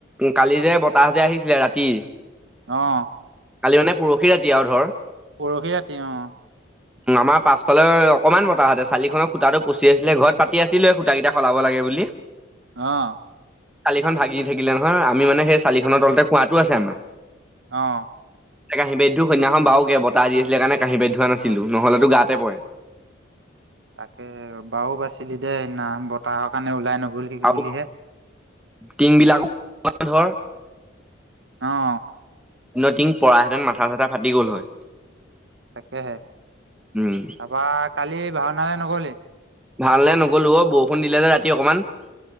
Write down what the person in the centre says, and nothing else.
কালি যে বতাহ যে আহিছিলে ৰাতি
কালি মানে পৰহি ৰাতি আৰু ধৰ
আমাৰ পাছফালৰ অকনমান বতাহতে চালিনৰ সুতাটো পচি আছিলে, ঘৰত পাতি আছিলে সুতা কেইটা সলাব লাগে বুলি।
চালিখন ভাগি থাকিলে নহয় আমি মানে সেই চালিখনৰ তলতে কোৱাটো আছে আমাৰ।
<unintelligible> বাৰু কে বতাহ দিছিলে কাৰণে কাহী বাটী ধোৱা নাছিলো, নহলেতো গাতে পৰে।
আৰু
টিং বিলাকো, <unintelligible> ধৰ।
<unintelligible> টিং পৰাহেতেন মাথা চথা ফাটি গ'ল হয়।
উম
ভাওনালে নগ'লো অ', বৰষুণ দিলে যে ৰাতি অকণমান।